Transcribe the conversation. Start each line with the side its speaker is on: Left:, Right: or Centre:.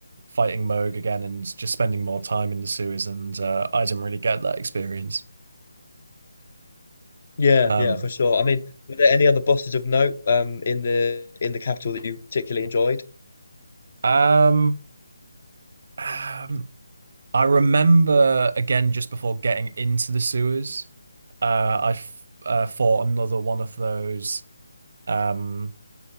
Right: fighting Moog again and just spending more time in the sewers, and uh, I didn't really get that experience.
Left: Yeah,
Right: Um,
Left: yeah, for sure. I mean, were there any other bosses of note um in the in the capital that you particularly enjoyed?
Right: um, um, I remember again just before getting into the sewers, uh, I f uh, fought another one of those. Um,